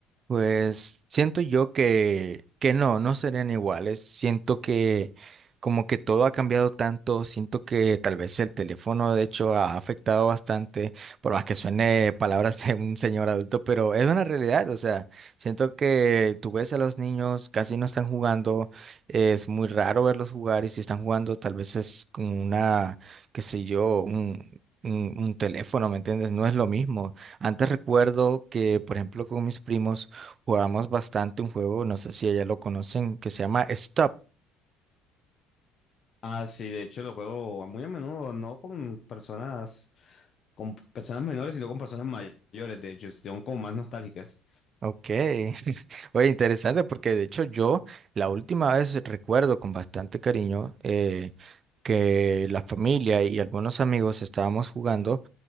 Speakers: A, on the right (about 35°); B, on the left (about 40°).
A: Pues siento yo que, que no, no serían iguales. Siento que como que todo ha cambiado tanto, siento que tal vez el teléfono de hecho ha afectado bastante, por más que suene palabras de un señor adulto, pero es una realidad, o sea, siento que tú ves a los niños, casi no están jugando, es muy raro verlos jugar y si están jugando tal vez es con una, qué sé yo, un, un un teléfono, ¿me entiendes? No es lo mismo. Antes recuerdo que, por ejemplo, con mis primos, Jugamos bastante un juego, no sé si ella lo conocen, que se llama Stop.
B: Ah, sí, de hecho lo juego muy a menudo, no con personas, con personas menores, sino con personas mayores, de hecho, son como más nostálgicas.
A: Ok. <laughs> Oye, interesante porque de hecho yo la última vez recuerdo con bastante cariño eh, que la familia y algunos amigos estábamos jugando,